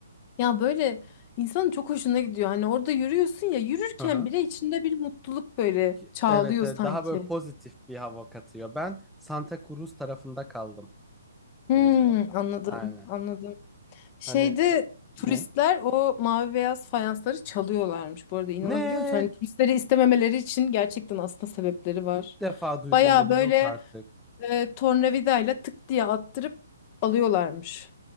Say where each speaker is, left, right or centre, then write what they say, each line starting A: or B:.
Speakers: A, on the left; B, in the centre.
A: Ya böyle insanın çok hoşuna gidiyor. Hani orada yürüyorsun ya yürürken
B: Hı hı.
A: bile içinde bir mutluluk böyle
B: Ki-
A: çağlıyor
B: Evet, e,
A: sanki.
B: daha böyle pozitif bir hava katıyor. Ben Santa Cruz tarafında kaldım
A: Hmm,
B: Lizbon'da.
A: anladım,
B: Aynen.
A: anladım. Şeyde
B: Hani
A: turistler
B: ne?
A: o mavi beyaz fayansları çalıyorlarmış. Bu arada inanabiliyor
B: Ne?
A: musun? Hani turistleri istememeleri için gerçekten aslında sebepleri var.
B: İlk defa duydum
A: Baya
B: bunu.
A: böyle
B: Yok artık.
A: e, tornavidayla tık diye attırıp alıyorlarmış.